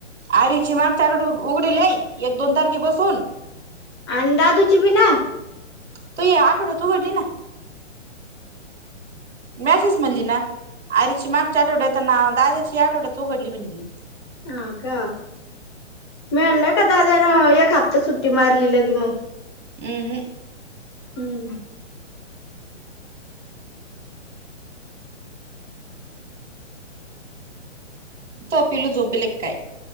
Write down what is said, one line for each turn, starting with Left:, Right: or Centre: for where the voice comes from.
Right: आरोहीची मागच्या आठवड्यात उघडेलय एक दोन तारखे पासून.
Left: अन् दादूची पण ना
Right: तो या आठवड्यात उघडली ना मेसेज म्हणली ना आरोहीची मागच्या आठवड्यात अन्, दादाची आठवड्यात उघडली म्हणली
Left: हा का? मी आणलाय का दाद्यान एक हप्ता सुट्टी मारली लगी की मग.
Right: हम् हम
Left: हम्म
Right: तो पिलू झोपले क काय?